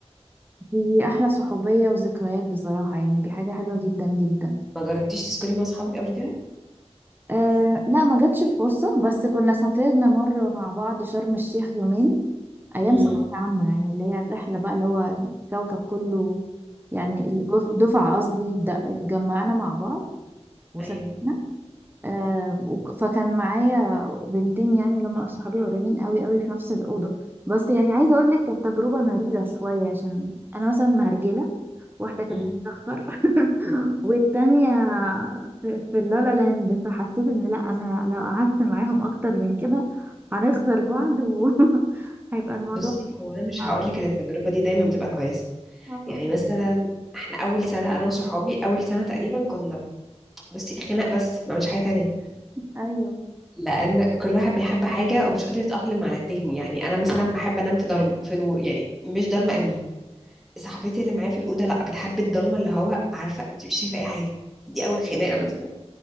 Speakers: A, on the right (about 20°); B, in the centre.
A: دي احلى صحوبية وذكريات بصراحة يعني دي حاجة حلوة جدا جدا
B: ما جربتيش تسكني مع اصحابك قبل كده
A: أه لا ما جاتش الفرصة بس كنا سافرنا مرة مع بعض شرم الشيخ يومين أيام
B: امم
A: ثانوية عامة يعني اللي هي الرحلة بقى اللي هو الكوكب كله يعني الجف- دفعة قصدي ده- اتجمعنا مع بعض وسافرنا
B: ايوه
A: آه وك- فكان معايا بنتين يعني اللي هم صحابي قريبين قوي قوي في نفس الأوضة بس يعني عايزة أقول لك كانت تجربة مريرة شوية عشان أنا مثلا مهرجلة واحدة كانت
B: امم
A: بتتأخر <laughs> والتانية في, في اللالا لاند فحسيت إن لأ أنا لو قعدت معاهم أكتر من كده هنخسر بعض وهيبقى <laughs> الموضوع
B: بصي هو انا مش
A: آه،
B: هقول لك ان التجربه دي دايما بتبقى كويسه
A: آه،
B: يعني مثلا احنا اول سنه انا وصحابي اول سنه تقريبا كنا بصي خناق بس ما عملش حاجه تانية
A: أيوه
B: لان كل واحد بيحب حاجه ومش قادر يتاقلم على التاني يعني انا مثلا بحب انام في ضلمه في نور يعني مش ضلمه قوي صاحبتي اللي معايا في الاوضه لا بتحب الضلمه اللي هو عارفه انت مش شايفه اي حاجه دي اول خناقه مثلا